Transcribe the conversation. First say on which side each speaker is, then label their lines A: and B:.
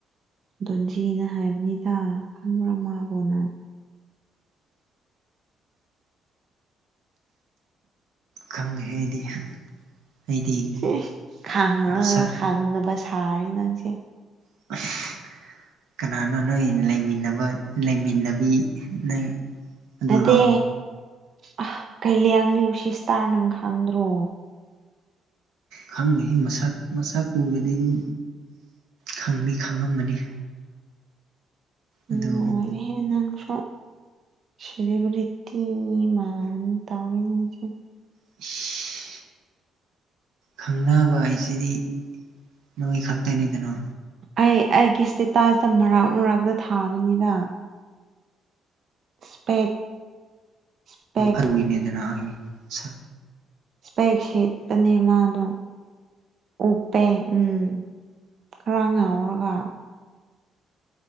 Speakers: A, on the right; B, on the right.
A: ꯗꯣꯟꯖꯤꯅ ꯍꯥꯏꯕꯅꯤꯗ ꯈꯪꯕ꯭ꯔꯥ ꯃꯥꯕꯣꯅ
B: ꯈꯪꯗꯦꯍꯦ ꯑꯩꯗꯤ ꯑꯩꯗꯤ
A: ꯁꯤꯁ ꯈꯥꯡꯉꯒ
B: ꯃꯁꯛ
A: ꯈꯪꯅꯕ ꯁꯥꯔꯦ ꯅꯪꯁꯦ
B: ꯑꯁ ꯀꯅꯥꯅꯣ ꯅꯣꯏ ꯂꯩꯃꯤꯟꯅꯕ ꯂꯩꯃꯤꯟꯅꯕꯤ ꯅꯪ ꯑꯗꯨꯔꯣ
A: ꯅꯠꯇꯦ ꯑ ꯀꯩ ꯂꯩ ꯌꯥꯡꯂꯤ ꯎꯁꯤꯁꯇꯥꯥꯔ ꯅꯪ ꯈꯪꯗ꯭ꯔꯣ
B: ꯈꯪꯅꯤ ꯃꯁꯛ ꯃꯁꯛ ꯎꯔꯗꯤ ꯑꯗꯨꯝ ꯈꯪꯅꯤ ꯈꯪꯉꯝꯃꯅꯤ ꯑꯗꯨ
A: ꯅꯣꯏꯔꯦꯍꯦ ꯅꯪꯁꯨ ꯁꯦꯂꯤꯕ꯭ꯔꯤ ꯇꯤ ꯃꯥꯟ ꯇꯧꯔꯦ <unintelligible>
B: <inaudible> ꯈꯪꯅꯕ ꯍꯥꯏꯁꯤꯗꯤ ꯅꯣꯏ ꯈꯛꯇꯅꯤꯗꯅꯣ
A: ꯑꯩ ꯑꯩꯒꯤ ꯏꯁꯇꯦꯇꯥꯁꯇ ꯃꯔꯥꯛ ꯃꯔꯛꯇ ꯊꯥꯕꯅꯤꯅ ꯁꯄꯦꯞ ꯏꯁꯄꯦꯛ
B: ꯑꯗꯨ ꯑꯗꯨꯒꯤꯅꯤꯗꯅ ꯑꯩ ꯁꯛ
A: ꯏꯁꯄꯦꯛ ꯁꯤꯦꯠꯇꯅꯤ ꯃꯥꯗꯣ ꯎꯞꯄꯦ ꯎꯝ ꯈꯔ ꯉꯥꯎꯔꯒ